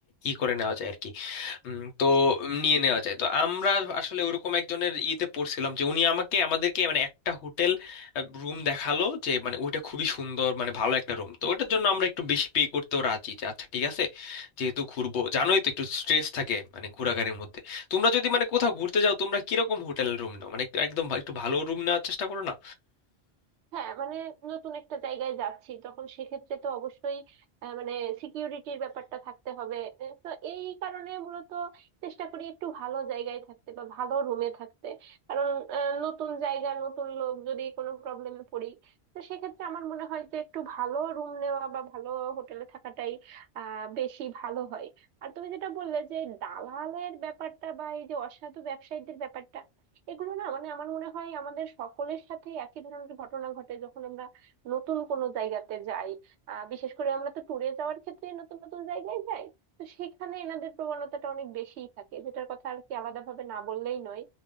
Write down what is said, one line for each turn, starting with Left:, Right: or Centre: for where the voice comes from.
Left: ই করে নেওয়া যায় আর কি উম, তো নিয়ে নেওয়া যায় তো আমরা আসলে ওরকম একজনের ইয়েতে পড়ছিলাম যে উনি আমাকে আমাদেরকে মানে একটা হোটেল রুম দেখালো যে মানে ওইটা খুবই সুন্দর মানে ভালো একটা রুম তো ওটার জন্য আমরা একটু বেশি পে করতেও রাজি যে আচ্ছা ঠিক আছে যেহেতু ঘুরবো জানোই তো একটু স্ট্রেস থাকে মানে ঘোরাঘুরির মধ্যে তোমরা যদি মানে কোথাও ঘুরতে যাও তোমরা কিরকম হোটেল রুম নাও মানে একটু- একদম ভা- একটু ভালো রুম নেওয়ার চেষ্টা করো না
Right: হ্যাঁ মানে নতুন একটা জায়গায় যাচ্ছি তখন সেক্ষেত্রে তো অবশ্যই আহ, মানে সিকিউরিটির ব্যাপারটা থাকতে হবে আহ, তো এই কারণে মূলত চেষ্টা করি একটু ভালো জায়গায় থাকতে বা ভালো রুমে থাকতে কারণ আহ, নতুন জায়গা নতুন লোক যদি কোনো প্রবলেমে পড়ি তো সেক্ষেত্রে আমার মনে হয় যে একটু ভালো রুম নেওয়া বা ভালো হোটেলে থাকাটাই আহ বেশি ভালো হয় আর তুমি যেটা বললে যে দালালের ব্যাপারটা বা এই যে অসাধু ব্যবসায়ীদের ব্যাপারটা এগুলো না মানে আমার মনে হয় আমাদের সকলের সাথে একই ধরনের ঘটনা ঘটে যখন আমরা নতুন কোনো জায়গাতে যাই আহ বিশেষ করে আমরা তো ট্যুরে যাওয়ার ক্ষেত্রে নতুন নতুন জায়গায় যাই তো সেখানে এনাদের প্রবণতাটা অনেক বেশিই থাকে যেটার কথা আর কি আলাদা ভাবে না বললেই নয়